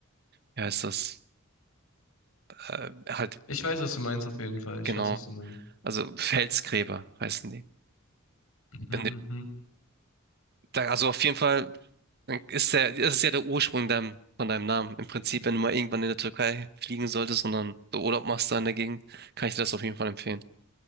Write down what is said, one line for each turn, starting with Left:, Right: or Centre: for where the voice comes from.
Right: wie heißt das? Äh, halt,
Left: Ich weiß, was du meinst, auf jeden Fall. Ich
Right: genau,
Left: weiß, was du meinst.
Right: also Felsgräber heißen die.
Left: Mhm,
Right: Wenn du-
Left: mhm.
Right: da, also auf jeden Fall ist der, das ist ja der Ursprung deinem, von deinem Namen. Im Prinzip, wenn du mal irgendwann in der Türkei fliegen solltest und dann so Urlaub machst da in der Gegend, kann ich dir das auf jeden Fall empfehlen.